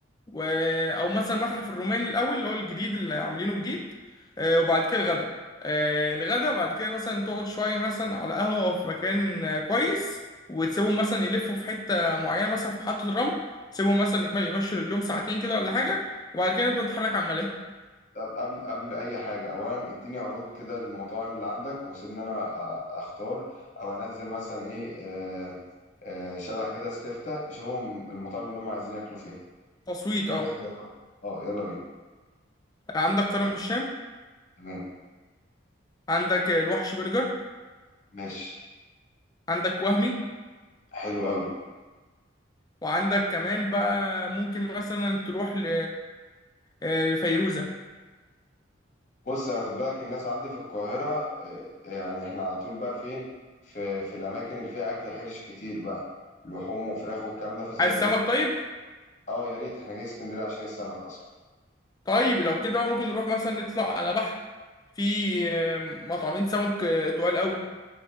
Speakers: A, on the left (about 20°); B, on the left (about 40°).
A: و... آه، او مثلا متحف الروماني الاول اللي هو الجديد اللي عاملينه جديد آه وبعد كده الغدا آه الغدا بعد كده مثلا تقعد شوية مثلا على قهوة أو في مكان آه، كويس وتسيبهم مثلا يلفوا في حتة معينة مثلا في محطة الرمل تسيبهم مثلا يتم- يمشوا رجلهم ساعتين كده ولا حاجة وبعد كده نبدأ نتحرك على الملاهي
B: طب قبل قبل اي حاجة اولا اديني عروض كده للمطاعم اللي عندك وسيبني انا أ- اختار او انزل مثلا ايه آه آه شبه كده استفتاء يشوفهم المطاعم اللي هم عايزين ياكلوا فيها
A: تصويت اه
B: اختيارات اه يلا بينا
A: عندك كرم الشام
B: تمام
A: عندك الوحش برجر
B: ماشي
A: عندك وهمي
B: حلو قوي
A: وعندك كمان بقى ممكن مثلا تروح ل آه، فيروزة
B: بص انا خد بالك الناس عندي في القاهرة آه، آه، يعني احنا على طول بقى فين في في الاماكن اللي فيها اكل حرش كتير بقى لحوم وفراخ والكلام ده فزينا
A: عايز سمك
B: بيه.
A: طيب
B: اه يا ريت احنا جاي اسكندرية عشان السمك اصلا
A: طيب لو كده بقى ممكن نروح مثلا نطلع على بحر في آه، مطعمين سمك آه، تقال قوي